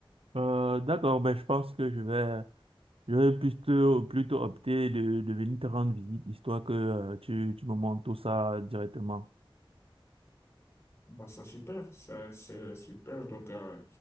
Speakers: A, on the right (about 80°); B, on the left (about 25°).
A: Euh, d'accord, ben, je pense que je vais, je vais plutôt, plutôt opter de, de venir te rendre visite, histoire que euh, tu, tu me montres tout ça directement.
B: Bah, ça, super, ça, c'est super. Donc, euh,